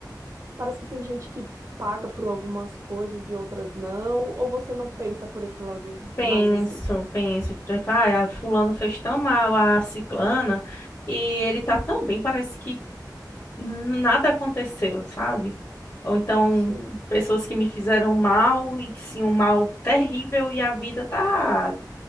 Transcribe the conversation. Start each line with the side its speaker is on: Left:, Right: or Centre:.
Right: Parece que tem gente que paga por algumas coisas e outras não, ou você não pensa por esse lado
Left: Penso,
Right: mais assim?
Left: penso, tipo, ah, fulano fez tão mal a ciclana. E ele tá tão bem, parece que nada aconteceu, sabe? Ou então
Right: Sim.
Left: pessoas que me fizeram mal e sim um mal terrível e a vida tá